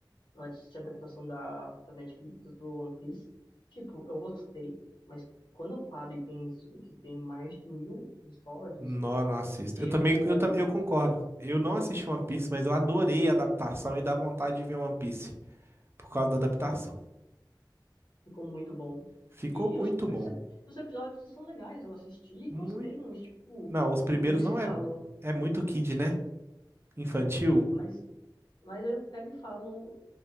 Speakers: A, on the left; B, on the right.
A: antes de adaptação da, da Netflix, do One Piece, tipo, eu gostei, mas quando eu paro e penso que tem mais de mil episódios,
B: Não, não assisto.
A: eu,
B: Eu também, eu, tam- eu concordo. Eu não assisti One Piece, mas eu adorei a adaptação e dá vontade de ver One Piece por causa da adaptação.
A: hum, ficou muito bom.
B: Ficou
A: E
B: muito
A: os primeiros
B: bom.
A: ep- os episódios são legais, eu assisti e
B: Muito...
A: gostei, mas, tipo,
B: Não, os primeiros
A: eu penso
B: não
A: e falo,
B: é. É muito kid, né? Infantil.
A: sim, mas, mas eu pego e falo,